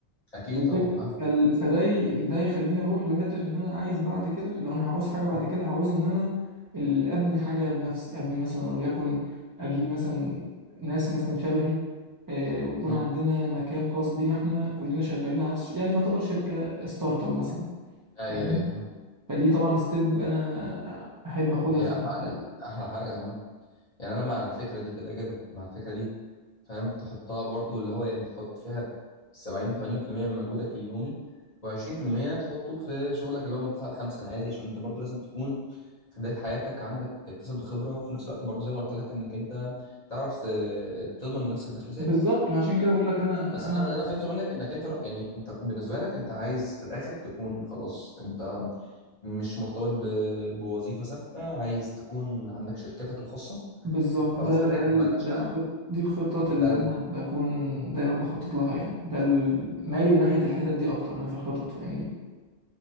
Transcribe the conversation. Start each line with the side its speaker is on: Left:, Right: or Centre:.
Left: اكيد
Right: فالفك...
Left: طبعا فاهم
Right: فال... فده ي... ده يخليني اروح لحته ان انا عايز بعد كده لو انا هعوز حاجه بعد
Left: مم.
Right: كده هعوز ان انا ال- ابني حاجه بنفسي ابني مثلا وليكن اجيب مثلا ناس مثلا شبهي آه ويكون
Left: مم.
Right: عندنا مكان خاص بينا احنا كلنا شغالين على نفس يعني يعتبر شركه ستارت اب مثلا
Left: ايوه
Right: فاهمني
Left: ايوه فاهم
Right: فدي طبعا ستيب انا احب اخدها
Left: دي
Right: في المستقبل
Left: احلى حاجه احلى حاجه عامه يعني انا مع الفكره دي كده كده مع الفكره دي فاهم تحطها برضو اللي هو يعني تحط فيها 70 80% من مجهودك اليومي و20% تحطه في شغلك اللي هو من 9 ل 5 العادي عشان انت برضو لازم تكون في بدايه حياتك عندك تكتسب الخبره وفي نفس الوقت برضو زي ما قلت لك انك انت تعرف ت- تضمن لنفسك دخل ثابت
Right: بالظبط ما عشان كده بقول لك انا
Left: بس
Right: انا
Left: انا اللي انا فهمته منك انك انت ر- يعني انت بالنسبه لك انت عايز في الاخر تكون خلاص انت مش مرتبط ب... بوظيفة ثابتة عايز تكون عندك شركتك الخاصة
Right: بالظبط
Left: خلاص
Right: ده
Left: ده
Right: ده
Left: هي هتبقى
Right: ال-
Left: النشأة
Right: ده الخط دي الخطط اللي
Left: ده ال...
Right: انا بكون دايما بخطط لها يعني ده ال- مايل ناحية الحتت دي اكتر انا في الخطط فاهمني